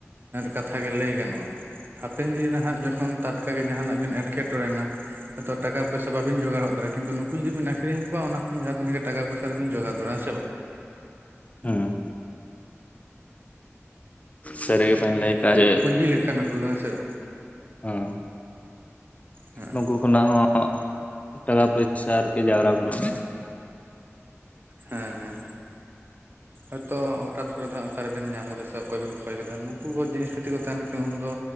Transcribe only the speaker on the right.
ᱠᱟᱛᱷᱟ ᱜᱮ ᱞᱟᱹᱭ ᱜᱟᱱᱚᱜᱼᱟ᱾ ᱦᱟᱯᱮᱱ ᱫᱤᱱᱮ ᱨᱮ ᱦᱟᱸᱜ ᱡᱚᱠᱷᱚᱱ ᱴᱟᱴᱠᱟᱜᱮ ᱡᱟᱦᱟᱱᱟᱜ ᱵᱤᱱ ᱮᱴᱠᱮᱴᱚᱬᱮ ᱮᱱᱟ᱾ ᱦᱳᱛᱳ ᱴᱟᱠᱟ ᱯᱚᱭᱥᱟ ᱵᱟᱵᱤᱱ ᱡᱚᱜᱟᱲᱦᱚᱫ ᱫᱟᱲᱮᱭᱟᱜᱼᱟ ᱠᱤᱱᱛᱩ ᱱᱩᱠᱩ ᱡᱩᱫᱤᱵᱤᱱ ᱟᱠᱷᱨᱤᱧ ᱠᱚᱣᱟ ᱚᱱᱟ ᱠᱷᱚᱱ ᱡᱟᱦᱟᱸ ᱛᱤᱱᱟᱹᱜ ᱜᱮ ᱴᱟᱠᱟ ᱯᱚᱭᱥᱟᱵ ᱫᱚᱵᱤᱱ ᱡᱚᱜᱟᱲ ᱫᱟᱲᱮᱭᱟᱜᱼᱟ ᱦᱮᱸ ᱥᱮ ᱵᱟᱝ?
ᱪᱤ ᱞᱮᱠᱟᱱᱟᱠᱚ, ᱦᱮᱸ ᱥᱮ?
ᱦᱮᱸ
ᱦᱮᱸ, ᱦᱚᱭᱛᱳ ᱦᱚᱴᱟᱛ ᱠᱚᱨᱮ ᱫᱚ ᱚᱠᱟᱨᱮᱵᱤᱱ ᱧᱟᱢ ᱜᱚᱫᱟ ᱥᱮ ᱚᱠᱚᱭ ᱵᱤᱱ ᱠᱷᱚᱭ ᱜᱚᱫᱮᱭᱟ ᱱᱩᱠᱩ ᱠᱚ ᱡᱤᱱᱤᱥ ᱯᱟᱹᱛᱤ ᱠᱚ ᱛᱟᱦᱮᱱ ᱠᱷᱟᱱ ᱩᱱ ᱫᱚ,